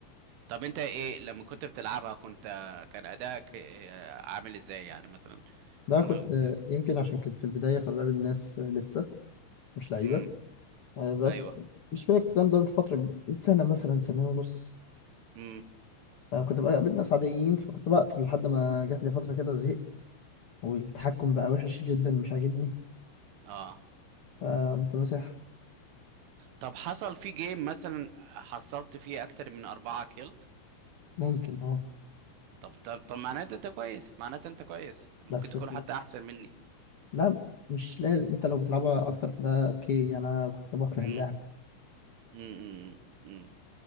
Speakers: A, on the right; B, on the left.
A: طب انت ايه لما كنت بتلعبها كنت كان ادائك آه، عامل ازاي يعني مثلا
B: ده
A: م...
B: كنت يمكن عشان كنت في البداية فبقابل ناس لسه مش لعيبة
A: م...
B: آه، بس
A: ايوه
B: مش فاكر الكلام ده من فترة من سنة مثلا سنة ونص
A: م...
B: آه، كنت بقى قابلت ناس عاديين فكنت بقتل لحد ما جات لي فترة كده زهقت والتحكم بقى وحش جدا مش عاجبني
A: اه
B: فقمت ماسح
A: طب حصل في جيم مثلا حصلت فيه اكتر من اربعة كيلز
B: ممكن اه
A: طب طب طب معناته انت كويس معناته انت كويس ممكن
B: بس
A: تكون
B: في-
A: حتى احسن مني
B: لا مش لازم انت لو بتلعبها اكتر في ده اوكي انا كنت بكره
A: امم
B: اللعب
A: امم امم